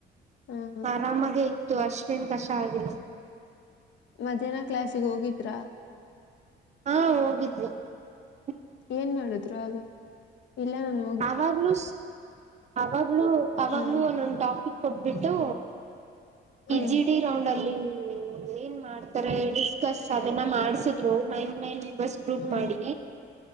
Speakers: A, on the left; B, on the right.
A: ಹ್ಮ್
B: ಆರಾಮಾಗೆ ಇತ್ತು ಅಷ್ಟೇನ್ ಕಷ್ಟ ಆಗಿಲ್ಲ
A: ಮಧ್ಯಾಹ್ನ ಕ್ಲಾಸಿಗೆ ಹೋಗಿದ್ರಾ
B: ಹಾ ಹೋಗಿದವಿ
A: ಏನ್ ಮಾಡುದ್ರು ಆಗ ಇಲ್ಲ ನ
B: ಅವಾಗ್ಲೂ ಅವಾಗ್ಲು ಅವಾಗ್ಲೂ
A: ಹ್ಮ್
B: ಒನ್ನ ಒನ್ನ ಟಾಪಿಕ ಕೊಟ್ಬಿಟ್ಟು
A: ಹ್ಮ್
B: ಜಿ ಡಿ ರೌಂಡ್ ಅಲ್ಲಿ ಏನ್ ಮಾಡ್ತಾರೆ ಡಿಸ್ಕಸ್ ಅದನ್ನ ಮಾಡ್ಸಿದ್ರು ನೈನ್ ಮೆಂಬರ್ಸ್ ಗ್ರೂಪ್
A: ಹ್ಮ್
B: ಮಾಡಿ